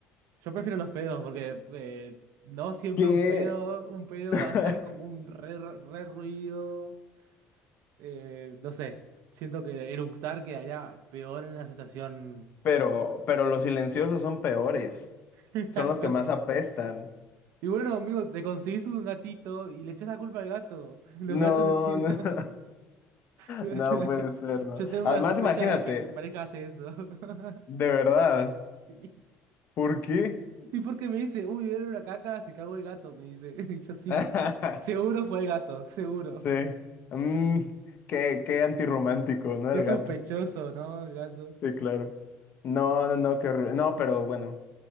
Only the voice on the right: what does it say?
Yo prefiero los pedos porque eh, no siempre
un pedo, un pedo
va a ser como un re, re ruido. eh, no sé, siento que eructar quedaría peor en una situación.
<laughs>
Pero-
y bueno, amigo, te conseguís un gatito y le echás la culpa al gato. <laughs> Los
gatos se tiran.
<laughs>
Yo tengo
la sospecha
de que mi pareja hace eso. <laughs>
Sí.
Y porque me dice, uy, era una caca, se cagó el gato, me dice. <laughs> Y yo sí,
sí. Seguro fue el gato, seguro.
Qué
sospechoso,
¿no, gato?